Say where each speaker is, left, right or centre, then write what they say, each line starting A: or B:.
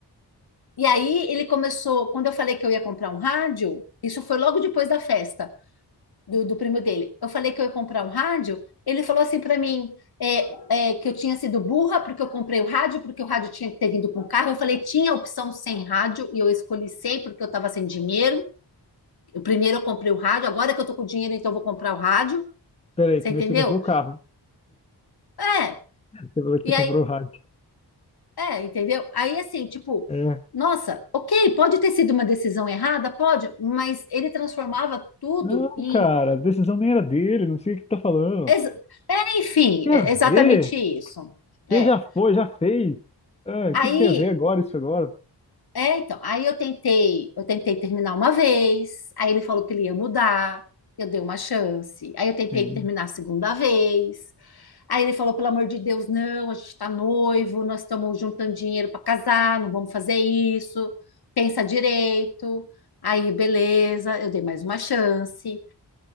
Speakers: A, on the left; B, on the left.
A: E aí ele começou, quando eu falei que eu ia comprar um rádio, isso foi logo depois da festa. do, do primo dele. Eu falei que eu ia comprar um rádio. Ele falou assim para mim é, é, que eu tinha sido burra porque eu comprei o rádio, porque o rádio tinha que ter vindo com o carro. Eu falei, tinha a opção sem rádio e eu escolhi sem porque eu estava sem dinheiro. Eu, primeiro eu comprei o rádio, agora que eu tô com dinheiro, então eu vou comprar o rádio.
B: Peraí,
A: Você
B: primeiro
A: entendeu?
B: você comprou o carro.
A: É,
B: Você falou que
A: e
B: você
A: aí,
B: comprou o rádio.
A: é, entendeu? Aí assim, tipo,
B: É.
A: nossa, ok, pode ter sido uma decisão errada, pode, mas ele transformava tudo
B: Não,
A: em.
B: cara, a decisão nem era dele, não sei o que tá falando.
A: ex- É, enfim,
B: Tem
A: é
B: a ver?
A: exatamente isso. É.
B: Você já foi, já fez. Ah, o
A: Aí,
B: que que tem a ver agora, isso agora?
A: é, então, aí eu tentei, eu tentei terminar uma vez, aí ele falou que ele ia mudar, eu dei uma chance. Aí eu tentei
B: Sim.
A: terminar a segunda vez. Aí ele falou, pelo amor de Deus, não, a gente tá noivo, nós estamos juntando dinheiro para casar, não vamos fazer isso. Pensa direito. Aí, beleza, eu dei mais uma chance.